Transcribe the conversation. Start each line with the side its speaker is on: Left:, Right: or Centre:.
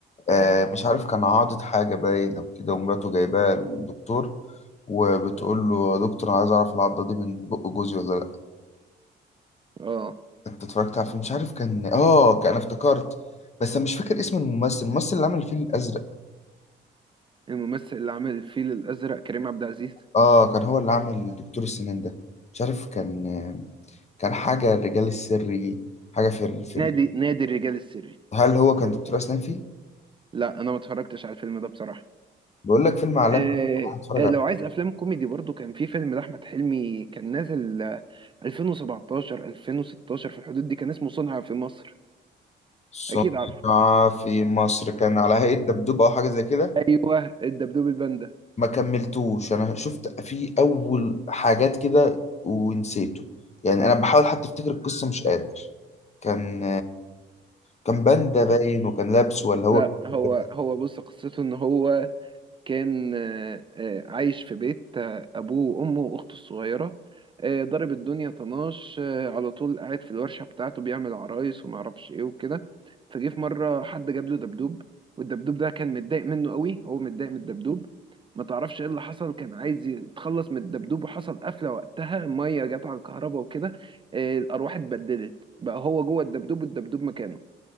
Left: آه، مش عارف كان عاضد حاجه باين او كده ومراته جايباه للدكتور وبتقول له يا دكتور انا عايز اعرف العضه دي من بق جوزي ولا
Right: اه
Left: انت اتفرجت على فيلم مش عارف كان اه كان انا افتكرت بس انا مش فاكر اسم الممثل الممثل اللي عمل الفيل الازرق
Right: الممثل اللي عمل الفيل الازرق كريم عبد العزيز
Left: اه كان هو اللي عامل دكتور السنان ده مش عارف كان كان حاجه الرجال السري حاجه في الفيلم
Right: نادي نادي الرجال السري
Left: هل هو كان دكتور اسنان فيه
Right: لا انا ما اتفرجتش على الفيلم ده بصراحه
Left: بقول لك فيلم عالمي
Right: آه
Left: هنتفرج
Right: آه،
Left: عليه
Right: لو عايز افلام كوميدي برضو كان في فيلم لاحمد حلمي كان نازل آه، 2017 2016 في الحدود دي كان اسمه صنع في مصر
Left: صنع
Right: اكيد عارفه
Left: في مصر كان على هيئه دبدوب او حاجه زي كده
Right: ايوه الدبدوب الباندا
Left: ما كملتوش انا شفت فيه اول حاجات كده ونسيته يعني انا بحاول حتى افتكر القصه مش قادر كان كان باندا باين وكان لابس ولا هو
Right: لا هو
Left: بتاع-
Right: هو بص قصته ان هو كان آه، آه، عايش في بيت آه، أبوه وأمه وأخته الصغيرة آه، ضرب الدنيا طناش آه، على طول قاعد في الورشة بتاعته بيعمل عرايس ومعرفش إيه وكده فجه في مرة حد جاب له دبدوب والدبدوب ده كان متضايق منه قوي هو متضايق من الدبدوب ما تعرفش ايه اللي حصل كان عايز يتخلص من الدبدوب وحصل قفلة وقتها المية جت على الكهرباء وكده آه، الأرواح اتبدلت بقى هو جوه الدبدوب والدبدوب مكانه